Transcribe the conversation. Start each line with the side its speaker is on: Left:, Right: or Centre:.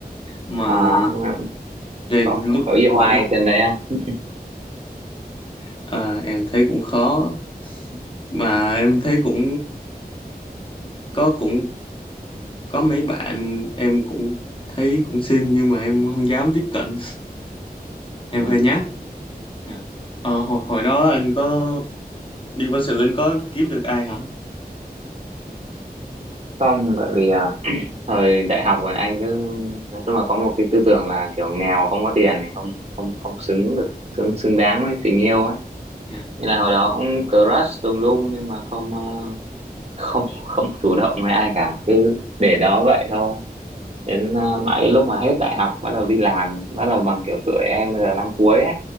Left: mà
Right: à, nhưng mà
Left: về
Right: có
Left: lúc
Right: có yêu
Left: hồi
Right: ai
Left: đó
Right: trên đấy không
Left: ờ, em thấy cũng khó mà em thấy cũng có cũng có mấy bạn em cũng thấy cũng xinh nhưng mà em không dám tiếp cận em
Right: ừ.
Left: hơi nhát Dạ. Ờ, hồi, hồi đó anh có đi quân sự anh có kiếm được ai hả
Right: không bởi vì ờ, thời đại học rồi anh cứ nói chung là có một cái tư tưởng là kiểu nghèo không có tiền thì không không không xứng được xứng xứng đáng với tình yêu ấy
Left: dạ
Right: nên là hồi đó cũng crush tùm lum nhưng mà không ờ, không không chủ động với ai cả cứ để đó vậy thôi đến ờ, mãi đến lúc mà hết đại học bắt đầu đi làm bắt đầu bằng kiểu tuổi em bây giờ năm cuối ấy